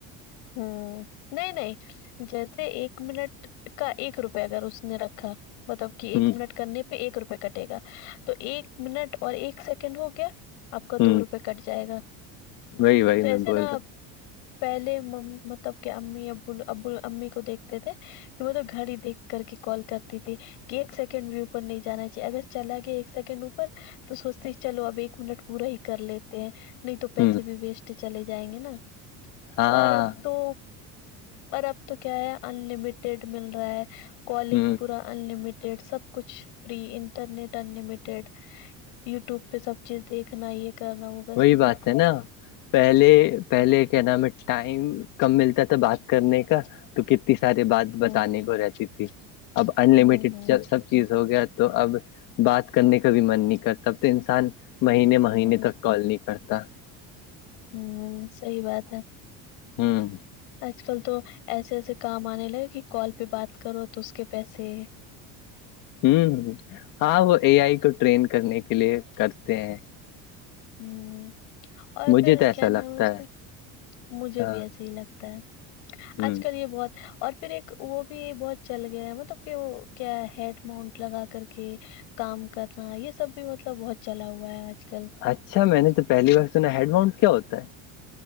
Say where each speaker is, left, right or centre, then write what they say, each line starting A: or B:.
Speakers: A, on the left (about 80°); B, on the left (about 60°).
A: ہ نہیں نہیں جیسے ایک منٹ کا ایک روپئے اگر اس نے رکھ مطلب کہ ایک
B: ہ
A: منٹ کرنے پہ ایک روپئے ک ے گا تو ایک منٹ اور ایک سیکنڈ ہو گیا آپ کا
B: ہ
A: دو روپئے کٹ جائے گا
B: وہی وہی
A: تو ایسے
B: میں بول
A: نا
B: رہا
A: آپ پہلے م مطلب کہ امی اب ابول امی کو دیکھتے تھے کہ وہ تو گاڑی دیکھ کر کے کال کرتی تھی کہ ایک سیکنڈ ویو پر نہیں جانا چاہیے اگر چلا گیا ایک سیکنڈ اوپر تو سوچتے چلو اب ایک منٹ پورا ہی کر لیتے ہیں نہیں تو پیسے
B: ہوں ہ
A: بھی ویسٹ چلے جائیں گے نا
B: ہاں
A: اور اب تو اور اب تو کیا ہے ان لمیٹیڈ مل رہا ہے کالنگ
B: ہ
A: پورا انلمیٹیڈ سب کچھ فری انٹرنیٹ انلمیٹیڈ یوٹیوب پہ سب چیز دیکھنا یہ کرنا وہ
B: وہی بات ہے نا پہلے پہلے کیا نام ہے ٹائم کم ملتا تھا بات کرنے کا تو کتنی ساری بات بتانے
A: ہوں
B: کو رہتی تھی اب انلمٹیڈ
A: ہوں ہوں
B: سب چیز ہو گیا تو اب بات کرنے کا بھی من نہیں کرتا اب تو انسان مہینے مہینے
A: ہوں
B: تک کال نہیں کرتا
A: ہوں سحی بات ہے
B: ہوں
A: آج کل تو ایسے ایسے کام آنے لگے کہ کال پہ بات کرو تو اس کے پیسے
B: ہ ہاں وہ اے آئی کو ٹرین کرنے کے لیے کرتے ہیں
A: ہ اور
B: مجھے
A: پھر
B: تو ایسا
A: کیا نام
B: لگتا
A: ہے اس کا مجھے
B: ہاں
A: بھی ایحح لگتا ہے
B: ہ
A: آج کل یہ بہت اور پھر ایک وہ بھی بہت چل گیا ہے مطلب کہ وہ کیا ہیڈ مانٹ لگا کر کے کام کرنا یہ سب بھی مطلب بہت چلا ہوا ہے آج کل
B: اچھا میں نے تو پہلی بار سنا ہیڈ ماؤنٹ کیا ہوتا ہے